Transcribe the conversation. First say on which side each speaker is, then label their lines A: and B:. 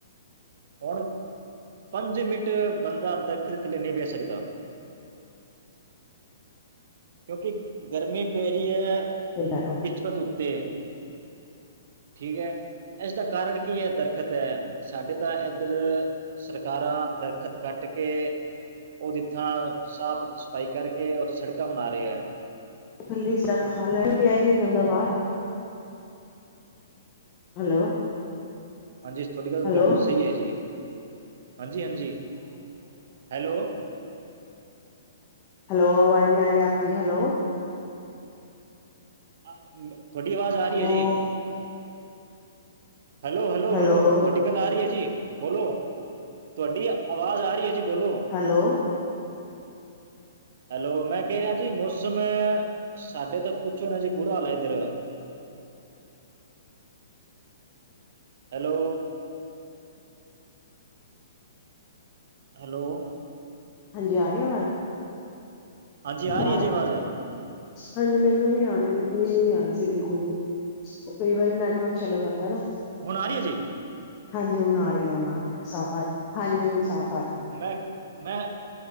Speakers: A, on the right; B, on the left.
A: ਹੁਣ ਪੰਜ ਮਿੰਟ ਬੰਦਾ ਦਰਖਤ ਥੱਲੇ ਨਹੀਂ ਵੇ ਸਕਦਾ। ਕਿਉਂਕਿ ਗਰਮੀ ਪੈ ਰਹੀ ਏ।
B: <unintelligible>
A: ਬਚਪਤ ਉੱਤੇ ਠੀਕ ਏ। ਇਸਦਾ ਕਾਰਨ ਕੀ ਹੈ? ਦਰਖਤ ਏ ਸਾਡੇ ਤਾਂ ਇੱਧਰ ਸਰਕਾਰਾਂ ਦਰਖਤ ਕੱਟ ਕੇ ਉਹਦੀ ਥਾਂ ਸਾਫ਼-ਸਫ਼ਾਈ ਕਰਕੇ ਉਥੇ ਸੜਕਾਂ ਬਨਾ ਰਹੇ ਆ।
B: ਥੱਲੇ ਚ ਖਾ ਲੈਣਾ ਪਿਆ ਹੀ ਨਹੀ ਜਾਂਦਾ ਬਾਹਰ। ਹੈਲੋ।
A: ਹਾਂਜੀ, ਤੁਹਾਡੀ ਗੱਲ
B: ਹੈਲੋ
A: ਬਿਲਕੁਲ ਸਹੀ ਏ ਜੀ। ਹਾਂਜੀ-ਹਾਂਜੀ। ਹੈਲੋ
B: ਹੈਲੋ, ਆਵਾਜ਼ ਨਹੀਂ ਆ ਰਹੀ ਆਪਦੀ ਹੈਲੋ।
A: ਆ ਥੋਡੀ ਆਵਾਜ਼ ਆ ਰਹੀ
B: ਹੈਲੋ
A: ਜੀ। ਹੈਲੋ-ਹੈਲੋ-ਹੈਲੋ।
B: ਹੈਲੋ
A: ਤੁਹਾਡੀ ਗੱਲ ਆ ਰਹੀ ਏ ਜੀ ਬੋਲੋ, ਤੁਹਾਡੀ ਆਵਾਜ਼ ਆ ਰਹੀ ਏ ਜੀ ਬੋਲੋ।
B: ਹੈਲੋ।
A: ਹੈਲੋ ਮੈ ਕਹਿ ਰਿਹਾ ਜੀ। ਮੌਸਮ ਸਾਡੇ ਤਾਂ ਪੁੱਛੋ ਨਾ ਜੀ ਬੁਰਾ ਹਾਲ ਏ ਇੱਧਰ। ਹੈਲੋ। ਹੈਲੋ।
B: ਹਾਂਜੀ ਆ ਰਹੀ ਵਾਜ਼।
A: ਹਾਂਜੀ ਰਹੀ
B: ਆ
A: ਹੈ ਜੀ ਆਵਾਜ਼
B: ਹਾਂਜੀ ਮੈਨੂੰ ਨੀ ਆ ਰਹੀ। ਮੈਨੂੰ ਨੀ ਆ ਰਹੀ ਸੀ ਬਿਲਕੁਲ ਵੀ। ਉਹ ਕਈ ਵਾਰੀ ਨੈਟਵਰਕ ਚਲਾ ਜਾਂਦਾ ਨਾ।
A: ਹੁਣ ਆ ਰਹੀ ਹੈ ਜੀ
B: ਹਾਂਜੀ, ਹੁਣ ਆ ਰਹੀ ਹੁਣ ਆ ਰਹੀਆਂ ਸਾਫ਼ ਆ ਰਹੀ ਹਾਂਜੀ ਹੁਣ ਸਾਫ਼ ਆ ਰਹੀ ਆ।
A: ਮੈਂ ਮੈਂ